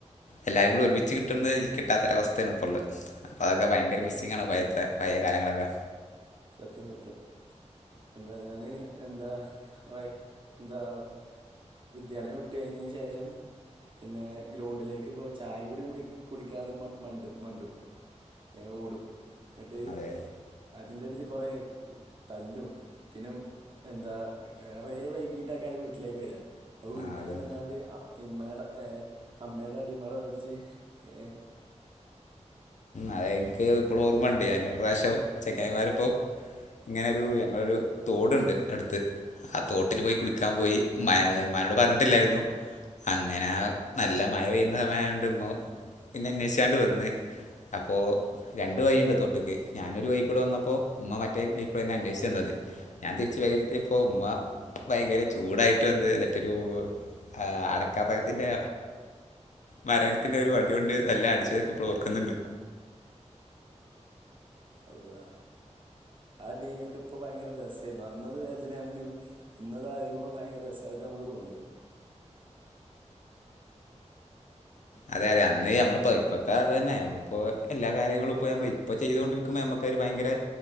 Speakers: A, on the left; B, on the right.
A: എല്ലരും കൂടെ ഒരുമിച്ച് കിട്ടുന്നത് കിട്ടാത്തൊര അവസ്തേണ് ഇപ്പോള്ളത്. അതൊക്കെ ഭയങ്കര മിസ്സിങ്ങാണ് പയത്തെ പയേ കാലങ്ങളൊക്കെ.
B: സത്യം സത്യം. എന്താ ഞാന് എന്താ വാ ന്താ വിദ്യാലയം വിട്ടുകഴിഞ്ഞീന് ശേഷം പിന്നെ ഗ്രൗണ്ടിലേക്കിപ്പോ ചായിം കൂടി കുടി കുടിക്കാതെ മ മണ്ട് മണ്ടും. ഏ ഓടും ന്ന്ട്ട്
A: അതെ
B: അതിന്റെടീല് കൊറേ തല്ലും പിന്നെ എന്താ ഏറെ വൈകീട്ടൊക്കെയാണു വീട്ടിലേക്കു വരാ. അപ്പൊ
A: ആ
B: വീട്ടിലന്ന്ങ്ങാണ്ട്
A: അതെ
B: അ ഇമ്മേടേ ഏ അമ്മേടേ അടിംബാടെ മേടിച്ച് ഏ
A: അയ് ക്ക് പ്പളും ഓർമ്മണ്ട് ഞാനൊരു പ്രാവശ്യം ചെങ്ങായിമാരപ്പം ഇങ്ങനെയൊരു ഞങ്ങളൊരു തോട്ണ്ട് അടുത്ത് ആ തോട്ടില് പോയികുളിക്കാൻ പോയി ഉമ്മാ ഉമ്മാനോടു പറഞ്ഞിട്ടില്ലായിരുന്നു. അങ്ങനെ ആഹ് നല്ല മഴ പെയ്യുന്ന സമയായൊണ്ട് ഉമ്മ പിന്നെ അന്വേഷിച്ചാണ്ട് വന്ന്. അപ്പോ രണ്ടുവഴിണ്ട് തൊട്ടിക്ക് ഞാനൊരു വഴിയികൂടെവന്നപ്പോ ഉമ്മ മറ്റേ വഴീക്കൂടെ ന്നെന്വേഷിച്ചു വന്നത്. ഞാൻ തിരിച്ചു പേരീല് ലത്തിപ്പോ ഉമ്മ ഭയങ്കരചൂടായിട്ടുവന്ന് മറ്റൊരു ആ അടക്കാപഴത്തിന്റെ നാരകത്തിന്റെയൊരു വടിയൊണ്ട് എല്ലാം അടിച്ചതൊക്കെയിപ്പോളോർക്കുന്നുണ്ട്.
B: അള്ളാ. ആഹ് ഡീലൊക്കെപ്പൊ ഭയങ്കര രസെര്ന്നു അന്നതുവേദനയാണെങ്കിലും. ഇന്നത്‌ ആലോയിക്കുമ്പോ ഭയങ്കര രസായിട്ട നമുക്കുതോന്ന്.
A: അതെ അതെ അന്ന് നമ്മള്പ്പോ ഇപ്പത്തെയതു തന്നെ. പ്പൊ എല്ലാ കാര്യങ്ങളും ഇപ്പ ഞമ്മള് ഇപ്പൊ ചെയ്തൊണ്ടിരിക്കുമ്പോ ഞമ്മക്കരു ഭയങ്കരേ